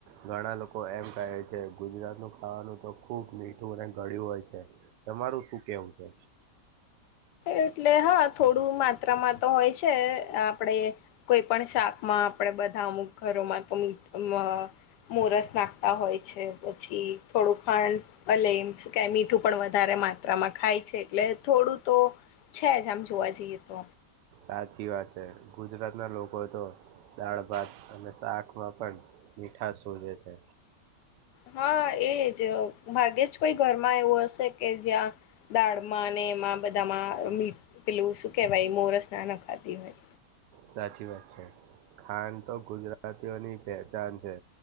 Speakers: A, on the right (about 85°); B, on the left (about 80°).
A: ઘણા લોકો એમ કહે છે ગુજરાત નું ખાવાનું તો ખુબ મીઠ ધુ ને ગડ્યું હોય છે તમારું શું કેવું છે.
B: એટલે હા થોડું માત્રામાં તો હોય છે આપડે કોઈ પણ શાકમાં આપડે બધા અમુક ઘરોમાં અમ અમ મોરસ નાખતા હોય છે પછી થોડું ખાંડ અ લઈ એમ કે મીઠું પણ વધારે માત્રામાં ખાય છે એટલે થોડું તો છે જ આમ જોવા જઈએ તો
A: સાચી વાત છે ગુજરાતના લોકો તો દાળભાત અને શાકમાં પણ મીઠાસ વધે છે.
B: હા એજ જ ભાગ્યે જ કોઈ ઘરમાં એવું હશે કે જ્યાં દાળમાં ને એમાં બધામાં મી પેલું શું કેવાય મોરસ ના નાખાતી હોય
A: સાચી વાત છે ખાન તો ગુજરાતીઓની પેહચાન છે.